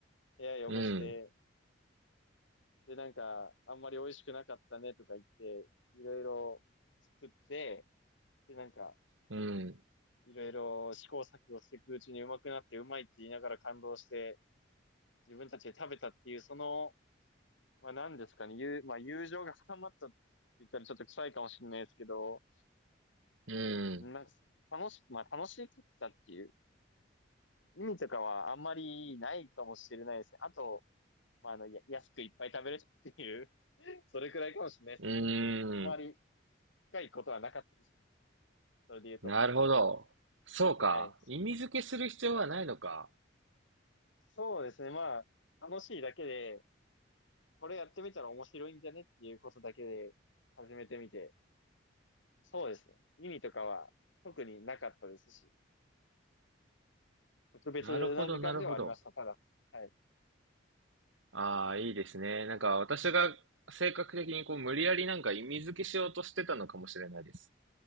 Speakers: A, on the left (about 80°); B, on the right (about 85°).
A: 部屋汚して、
B: うん、うん、
A: でなんか、あんまり美味しくなかったねとか言って、いろいろ作って、でなんか、
B: うん、
A: いろいろ試行錯誤していくうちにうまくなってうまいって言いながら感動して、自分たちで食べたっていう、そのまあ何ですかね、友まあ、友情が深まったって言ったらちょっと臭いかもしれないですけど、
B: うん、
A: なんか楽し、まあ楽しかったっていう意味とかはあんまりないかもしれないですね。あと、まああの、や安くいっぱい食べれたっていう <laughs> それくらいかもしれないですね。
B: うん。
A: あまり深いことはなかったですね。それで言うと。
B: なるほど。そうか。
A: はい。
B: 意味付けする必要はないのか。
A: そうですね、まあ楽しいだけで、これやってみたら面白いんじゃねっていうことだけで始めてみて、そうですね。意味とかは特になかったですし、特別な時間ではありました、
B: なるほど、なるほど。
A: ただ。はい。
B: ああ、いいですね。なんか私が性格的にこう無理やりなんか意味付けしようとしてたのかもしれないです。